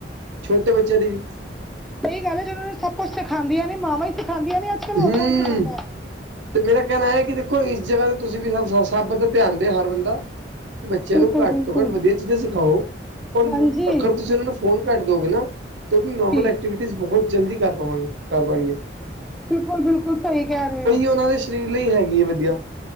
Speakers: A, on the right; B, in the centre.
A: ਛੋਟੇ ਬੱਚਿਆ ਦੀ ਵੀ।
B: ਸਹੀ ਗੱਲ ਹੈ ਜੇ ਉਹਨਾਂ ਨੂੰ ਸਭ ਕੁਛ ਸਿਖਾਉਂਦੀਆਂ ਨੇ ਮਵਾਂ ਹੀ ਸਿਖਾਂਦੀਆ ਨੇ। ਅੱਜਕੱਲ ਹੋਰ
A: ਹਮ
B: ਕੌਣ ਸਿਖਾਉਂਦਾ ਹੈ
A: ਤੇ ਮੇਰਾ ਕਹਿਣਾ ਹੈ ਕਿ ਦੇਖੋ ਇਸ ਜਗ੍ਹਾ ਤੇ ਤੁਸੀ ਵੀ ਸਭ ਦਾ ਧਿਆਨ ਦੇ ਹਰ ਬੰਦਾ। ਬੱਚਿਆ
B: ਬਿਲਕੁਲ
A: ਨੂੰ ਘੱਟ
B: ਬਿਲਕੁਲ
A: ਤੋਂ ਘੱਟ ਵਧੀਆ ਚੀਜ਼ਾਂ ਸਿਖਾਓ, ਔ
B: ਹਾਂਜੀ
A: ਅਗਰ ਤੁਸੀ ਉਹਨਾ ਨੂੰ ਫ਼ੋਨ ਘੱਟ ਦੋਗੇ ਨਾ ਤੋ ਕੀ
B: ਜੀ
A: ਨੋਰਮਲ ਐਕਟੀਵਿਟੀ ਬਹੁਤ ਜਲਦੀ ਕਰ ਪਾਵਾਂਗੇ ਕਰ ਪਾਏਗੇ।
B: ਬਿਲਕੁਲ-ਬਿਲਕੁਲ ਸਹੀ ਕਹਿ ਰਹੇ ਹੋ।
A: ਉਹਨਾਂ ਦੇ ਸਰੀਰ ਲਈ ਹੈਗੀ ਏ ਵਧੀਆ।